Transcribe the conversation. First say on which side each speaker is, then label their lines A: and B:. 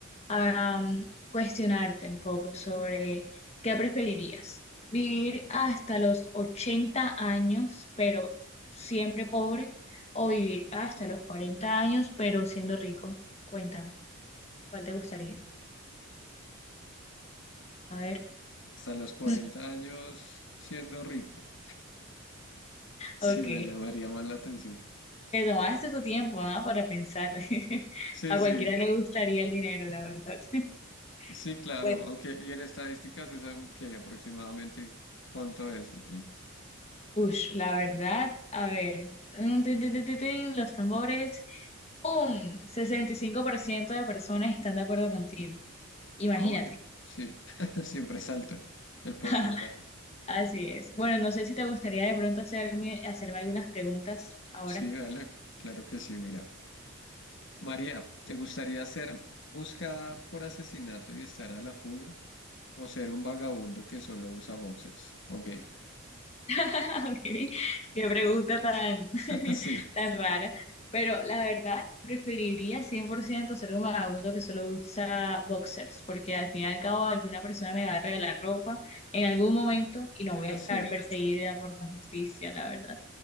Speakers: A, on the left; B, on the left.
A: am, cuestionarte un poco sobre qué preferirías, vivir hasta los 80 años, pero siempre pobre, o vivir hasta los 40 años, pero siendo rico. Cuéntame, ¿cuál te gustaría? A ver.
B: hasta los 40
A: <laughs>
B: años siendo rico, sí
A: Ok.
B: me llamaría más la atención.
A: Te tomaste tu tiempo, ¿ah? Para pensar. <laughs>
B: Sí,
A: A
B: sí,
A: cualquiera le gustaría el dinero, la verdad. <laughs>
B: sí, claro,
A: Bueno,
B: aunque y en estadísticas es a- que aproximadamente cuánto es, ¿o qué?
A: ush, la verdad, a ver. mm, tin, tin, tin, tin, tin, Los tambores. ¡Pum! sesenta y cinco por ciento de personas están de acuerdo contigo. Imagínate.
B: Ah, bueno, sí, <laughs> siempre salta el porcentaje.
A: <laughs> Así es. Bueno, no sé si te gustaría de pronto hacerme, hacerme algunas preguntas ahora.
B: Sí, dale, claro que sí, mira. María, ¿te gustaría ser buscada por asesinato y estar a la fuga? ¿O ser un vagabundo que solo usa boxers? Ok,
A: <laughs> Okay. Qué pregunta tan, <laughs>
B: <laughs> sí,
A: tan rara. Pero la verdad, preferiría 100% ser un vagabundo que solo usa boxers, porque al fin y al cabo alguna persona me va a regalar ropa en algún momento y no
B: <laughs>
A: voy a estar
B: sí.
A: perseguida por la justicia, la verdad.